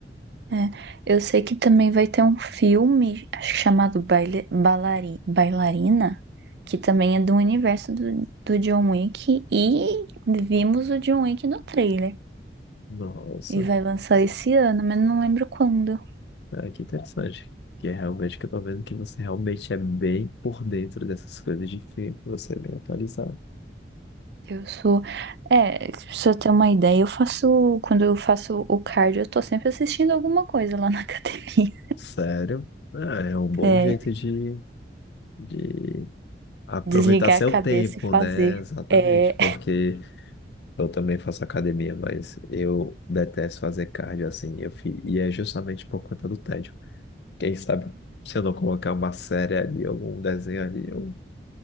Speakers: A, on the right (about 70°); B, on the left (about 70°).
A: É. Eu sei que também vai ter um filme, acho que chamado Baile, Balari, Bailarina, que também é do universo do, do John Wick, e vimos o John Wick no trailer.
B: Nossa,
A: E vai lançar esse ano, mas não lembro quando.
B: é, que interessante. Que é realmente que eu tô vendo que você realmente é bem por dentro dessas coisas de filme, você é bem atualizado.
A: Eu sou. É, se eu ter uma ideia, eu faço. Quando eu faço o cardio, eu tô sempre assistindo alguma coisa lá na <laughs> academia.
B: Sério? Ah, é um bom
A: É,
B: jeito de. De Aproveitar
A: desligar
B: seu
A: a cabeça
B: tempo,
A: e fazer.
B: né? Exatamente,
A: É.
B: porque eu também faço academia, mas eu detesto fazer cardio assim, eu fi... e é justamente por conta do tédio. Quem sabe se eu não colocar uma série ali, algum desenho ali, eu